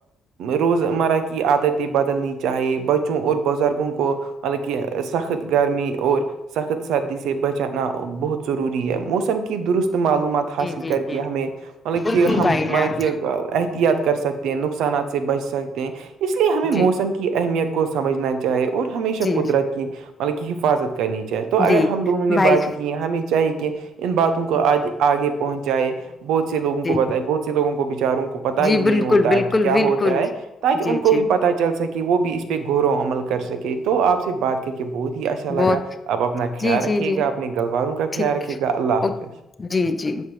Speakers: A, on the right; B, on the left.
A: روزمرہ کی کی عادتیں بدلنی چاہیے بچوں اور بزرگوں کو حالکہ سخت گرمی اور سخت سردی سے بچانا بہت ضروری ہے موسم کی درست معلومات حاصل
B: جی جی
A: کر
B: جی
A: کے ہمیں
B: جی
A: مطلب
B: بالکل
A: کہ ہم
B: بھائی جان
A: مطلب کہ احتیاط کر سکتے نقصانات سے بچ سکتے ہیں اس لیے ہمیں موسم
B: جی
A: کی اہمیت کو س سمجھنا چاہے اور ہمیشہ
B: جی
A: قدرت کی مطلب کہ حفاظت کرنی چاہیے تو اگر
B: جی
A: ہم دونوں نے
B: بھائی
A: بات کی ہمیں چاہی کہ ان باتوں کو آگے پہنچ جائے بہت سے لوگوں
B: جی
A: کو بتا ہے بہت سے لوگوں کو بچاروں کو پتا
B: جی
A: ہی نہیں
B: بالکل
A: ہوتا
B: بالکل
A: ہے کہ کیا
B: بالکل
A: ہوتا ہے تاکہ ان
B: جی
A: کو
B: جی
A: بھی پتا چل سکے وہ بھی اس پہ گغورو عمل کر سکے تو آپ سے بات کہ بہت ہی اچھا لگا
B: بہت
A: آپ اپنا
B: جی
A: خیال
B: جی
A: رکھے
B: جی
A: گا اپنے گلواروں کا خیال
B: ٹھیک
A: رکھھیے گا اللہ
B: اوک-
A: حافظ
B: جی جی